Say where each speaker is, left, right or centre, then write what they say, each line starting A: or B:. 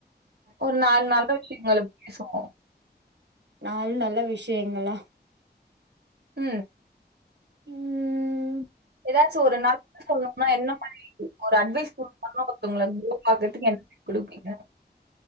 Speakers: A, on the right; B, on the right.
A: ஒரு நால் நல்ல விஷயங்கள பேசுவோ
B: நால் நல்ல விஷயங்களா
A: ம்
B: ம்
A: எதாச்சு ஒரு நல்லது சொல்னுனா என்ன மாரி ஒரு அட்வைஸ் குடுத்தம்னா ஒருத்தங்கள குரோவ் ஆகற்துக் என்ன குடுப்பீங்க